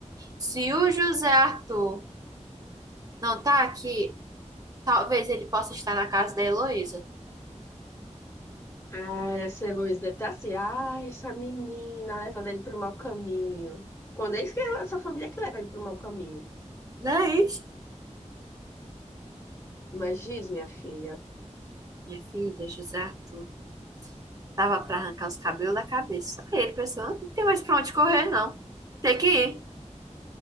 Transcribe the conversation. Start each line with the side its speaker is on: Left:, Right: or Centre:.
Right: Se o José Arthur não tá aqui, talvez ele possa estar na casa da Heloísa.
Left: Ah, essa Heloísa deve estar assim. Ah, essa menina levando ele para o mau caminho. Quando eles que essa família que leva ele para o mau caminho.
Right: Não é isso?
Left: Mas diz, minha filha,
Right: Minha filha, José Arthur. Tava pra arrancar os cabelos da cabeça. Aí ele pensou, não tem mais pra onde correr, não. Tem que ir.